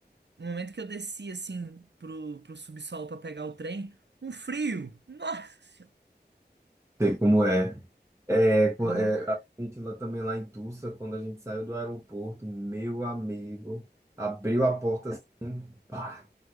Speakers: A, on the right; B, on the right.
A: no momento que eu desci, assim, pro, pro subsolo pra pegar o trem, um frio! Nossa! Senhora!
B: sei como é. É, co-
A: Ah,
B: é, a gente lá também lá em Tulsa, quando a gente saiu do aeroporto, meu amigo, abriu a porta, assim, pá,